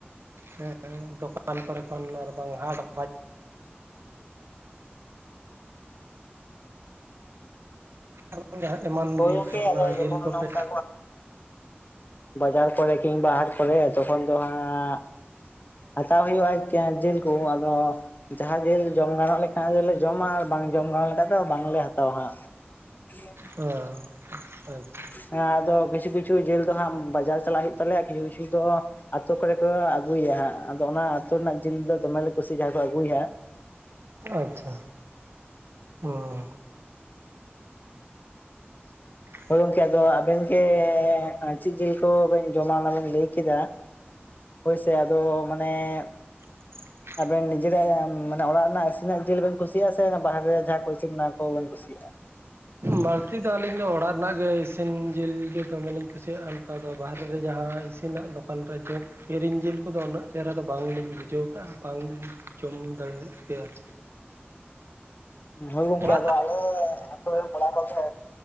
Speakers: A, on the right; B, on the left.
A: ᱦᱮᱸ ᱦᱮᱸ ᱫᱚᱠᱟᱱ ᱠᱚᱨᱮ ᱠᱷᱚᱱ ᱟᱨᱵᱟᱝ ᱦᱟᱴ <unintelligible> ᱟᱨ ᱡᱟᱦᱟᱸ ᱮᱢᱟᱱ
B: ᱦᱳᱭ
A: ᱡᱤᱞ
B: ᱜᱚᱝᱠᱮ
A: ᱠᱚ ᱚᱱᱟ
B: ᱟᱫᱚ ᱡᱚᱠᱷᱚᱱ
A: ᱡᱤᱞ ᱠᱚ
B: ᱱᱚᱝᱠᱟ
A: ᱯᱮ
B: ᱵᱟᱡᱟᱨ ᱠᱚᱨᱮ ᱠᱤᱢᱵᱟᱟᱦᱟᱨ ᱠᱚᱨᱮ ᱛᱚᱠᱷᱚᱱ ᱫᱚ ᱦᱟᱸᱜ ᱦᱟᱛᱟᱣ ᱦᱩᱭᱩᱜᱼᱟ ᱡᱤᱞ ᱠᱚ ᱟᱫᱚ ᱡᱟᱦᱟᱸ ᱡᱤᱞ ᱡᱚᱢ ᱜᱟᱱᱚᱜ ᱞᱮᱠᱷᱟᱱᱡ ᱫᱚᱞᱮ ᱡᱚᱢᱟ ᱟᱨ ᱵᱟᱝ ᱡᱚᱢ ᱜᱟᱱᱚᱜ ᱞᱮᱠᱷᱟᱱᱡ ᱫᱚ ᱵᱟᱝᱞᱮ ᱦᱟᱛᱟᱣᱟ ᱦᱟᱸᱜ <unintelligible>
A: ᱚ ᱟᱪ
B: ᱦᱮᱸ ᱟᱫᱚ ᱠᱤᱪᱷᱩ ᱠᱤᱪᱷᱩ ᱡᱤᱞ ᱫᱚ ᱦᱟᱸᱜ ᱵᱟᱡᱟᱨ ᱪᱟᱞᱟᱜ ᱦ ᱦᱩᱭᱩᱜ ᱛᱟᱞᱮᱭᱟ ᱠᱤᱪᱷᱩ ᱠᱤᱪᱷᱩ ᱫᱚ ᱟᱛᱳ ᱠᱚᱨᱮ ᱠᱚ ᱟᱹᱜᱩᱭᱟ ᱦᱟᱸᱜ ᱟᱫᱚ ᱚᱱᱟ ᱟᱹᱛᱩ ᱨᱮᱱᱟᱜ ᱡᱤᱞ ᱫᱚ ᱫᱚᱢᱮᱞᱮ ᱠᱩᱥᱤᱤᱭᱟᱜᱼᱟ ᱡᱟᱦᱟᱸ ᱠᱚ ᱟᱹᱜᱩᱭᱟ ᱦᱟᱸ
A: ᱟᱪᱪᱷᱟ ᱦᱸ <inaudible>
B: ᱦᱳ ᱜᱚᱝᱠᱮ ᱟᱫᱚ ᱟᱵᱮᱱ ᱜᱮ ᱪᱮᱫ ᱡᱤᱞ ᱠᱚᱵᱮᱱ ᱡᱚᱢᱟ ᱚᱱᱟ ᱵᱮᱱ ᱞᱟᱹᱭ ᱠᱮᱫᱟ ᱦᱳᱭ ᱥᱮ ᱟᱫᱚ ᱢᱟᱱᱮ
A: <unintelligible>
B: ᱟᱵᱮᱱ ᱱᱤᱡᱮᱨᱟᱜ ᱢᱟᱱᱮ ᱚᱲᱟᱜ ᱨᱮᱱᱟᱜ ᱤᱥᱤᱱᱟᱜ ᱡᱤᱞ ᱵᱮᱱ ᱠᱩᱥᱤᱭᱟᱜᱼᱟ? ᱥᱮ ᱵᱟᱦᱨᱮ ᱨᱮ ᱡᱟᱦᱟᱸ ᱠᱚ ᱤᱥᱤᱱ ᱚᱱᱟ ᱠᱚᱵᱮᱱ ᱥᱤᱜᱟ
A: ᱵᱟᱹᱲᱛᱤ ᱫᱚ ᱟᱹᱞᱤᱧ ᱫᱚ ᱚᱲᱟᱜ ᱨᱮᱱᱟᱜ ᱜᱮ ᱤᱥᱤᱱ ᱡᱤᱞ ᱜᱮ ᱫᱚᱢᱮ ᱞᱤᱧ ᱠᱩᱥᱤᱭᱟᱜᱼᱟ᱾ ᱫᱚ ᱵᱟᱨᱦᱨᱮ ᱨᱮ ᱡᱟᱦᱟᱸ ᱤᱥᱤᱱᱟᱜ ᱫᱚᱠᱟᱱ ᱨᱮ ᱡᱚ ᱠᱤᱨᱤᱧ ᱡᱤᱞ ᱠᱚᱫᱚ ᱩᱱᱟᱹᱜ ᱪᱮᱦᱨᱟ ᱫᱚ ᱵᱟᱝ ᱞᱤᱧ ᱵᱩᱡᱷᱟᱹᱣ ᱠᱟᱜᱼᱟ ᱵᱟᱝᱞᱤᱧ ᱡᱚᱢ ᱫᱟᱲᱮᱭᱟᱜ ᱠᱮᱭᱟ ᱪᱮ
B: ᱦᱚᱭ ᱜᱚᱝᱠᱮ
A: ᱚᱲᱟᱜ
B: ᱟᱫᱚ ᱟᱞᱮ ᱟᱹᱛᱩ ᱨᱮᱱ ᱠᱚᱲᱟ ᱠᱚᱫᱚ